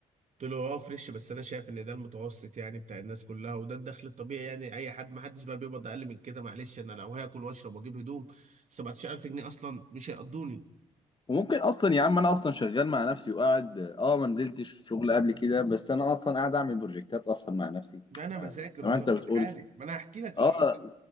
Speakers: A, on the right (about 45°); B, on the left (about 30°).
A: قلت له اه فريش بس انا شايف ان ده المتوسط يعني بتاع الناس كلها وده الدخل الطبيعي يعني اي حد ما حدش بقى بيقبض اقل من كده معلش انا لو هاكل واشرب واجيب هدوم 17000 جنيه اصلا مش هيقضوني
B: وممكن اصلا يا عم انا اصلا شغال مع نفسي وقاعد اه ما نزلتش شغل قبل كده بس انا اصلا قاعد اعمل بروجكتات اصلا مع نفسي
A: ده انا
B: يعني
A: بذاكر
B: زي
A: ومظبط
B: ما انت بتقول
A: حالي ما انا هحكي لك اللي
B: اه
A: حصل